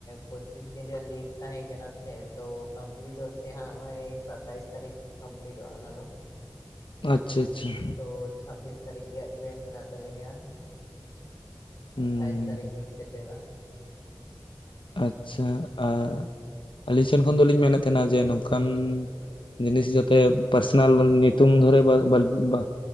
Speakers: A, on the left (about 40°); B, on the left (about 75°).
A: ᱯᱚᱪᱤᱥ ᱫᱤᱱ ᱨᱮᱭᱟᱜ ᱞᱤᱵᱷ ᱛᱟᱦᱮᱸ ᱠᱟᱱᱟ ᱥᱮ ᱛᱚ ᱠᱚᱢᱯᱤᱞᱤᱴ ᱛᱚᱜ ᱥᱮ ᱦᱟᱸᱜ ᱱᱚᱜᱭ ᱥᱟ ᱛᱟᱭᱤᱥ ᱛᱟᱨᱤᱠ ᱠᱚᱢᱯᱤᱞᱤᱴᱜ-ᱟ ᱚᱱᱟ ᱫᱚ ᱾
B: ᱟᱪᱪᱷᱟ ᱟᱪᱪᱷᱟ ᱾
A: ᱛᱚ ᱪᱷᱟᱵᱵᱤᱥ ᱛᱟᱹᱨᱤᱠᱷ ᱨᱮᱭᱟᱜ ᱴᱮᱨᱮᱱ ᱢᱮᱱᱟᱜ ᱛᱟᱹᱞᱤᱧᱟ ᱾
B: ᱦᱩᱸ
A: ᱟᱴᱟᱭᱤᱥ ᱛᱟᱹᱨᱤᱠᱷ ᱞᱤᱧ ᱥᱮᱴᱨᱚᱜ
B: ᱟᱪᱪᱷᱟ, ᱟᱨ ᱟᱹᱞᱤᱧ ᱥᱮᱱ ᱠᱷᱚᱱ ᱫᱚᱞᱤᱧ ᱢᱮᱱᱮᱫ ᱛᱟᱦᱮᱱᱟ ᱡᱮ ᱱᱚᱝᱠᱟᱱ ᱡᱤᱱᱤᱥ ᱡᱚᱛᱮ ᱯᱟᱨᱥᱚᱱᱟᱞ ᱧᱩᱛᱩᱢ ᱫᱷᱚᱨᱮ ᱵᱟᱨ ᱵᱟᱨ ᱵᱟ